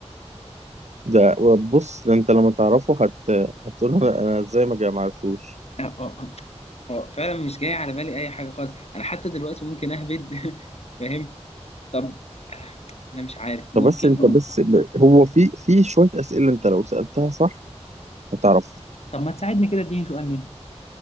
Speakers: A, on the right (about 80°); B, on the left (about 65°).
A: ده بص ده انت لما تعرفه هت... هتقول انا أنا ازاي ما جا- ما عرفتوش
B: اه اه آه، آه، فعلا مش جاي على بالي اي حاجه خالص انا حتى دلوقتي ممكن اهبد <laughs> فاهم طب آه، انا مش عارف
A: طب
B: ممكن
A: بس انت بس ب- هو في في شوية أسئلة انت لو سألتها صح هتعرفه
B: طب ما تساعدني كده اديني سؤال منه